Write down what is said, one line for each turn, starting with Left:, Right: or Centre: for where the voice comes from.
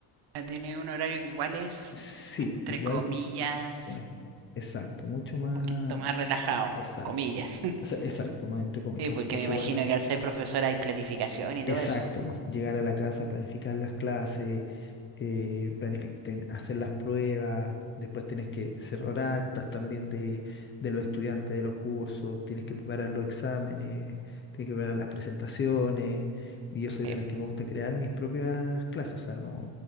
Right: ya tiene un horario que igual es,
Left: Sí,
Right: entre
Left: igual,
Right: comillas,
Left: eh, exacto, mucho más...
Right: un poquito más relajado,
Left: Exacto.
Right: comillas. <laughs>
Left: O sea, exacto, más entre comillas,
Right: Sí, porque
Left: porque
Right: me imagino
Left: igual
Right: que al ser profesora hay planificación y
Left: Exacto,
Right: todo eso.
Left: pues, llegar a la casa, planificar las clases, eh, planifi- ten- hacer las pruebas, después tienes que cerrar actas también de, de los estudiantes de los cursos, tienes que preparar los exámenes, tienes que preparar las presentaciones, y yo soy
Right: Sí.
Left: de las que me gusta crear mis propias clases, o sea, no,